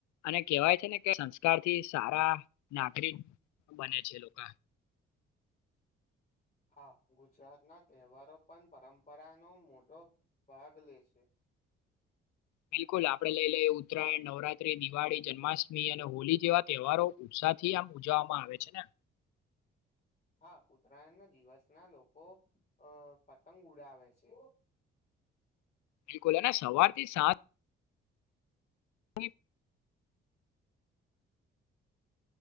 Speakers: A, on the left (about 70°); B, on the left (about 25°).
A: અને કેવાય છે, ને કે સંસ્કાર થી સારા નાગરિક બને છે લોકો
B: હા ગુજરાતના તહેવારો પણ પરંપરાનો મોટો ભાગ લે છે,
A: બિલકુલ આપડે લઈ લઈએ ઉત્તરાયણ નવરાત્રી દિવાળી જન્માષ્ટમી અને હોલી જેવા તહેવારો ઉત્સા થી આમ ઉજવવામાં આવે છે, ને
B: <unintelligible> હા ઉતરાયણના દિવસના લોકો અ પતંગ ઉડાવે છે,
A: બિલકુલ અને સવાર થી સાત <unintelligible>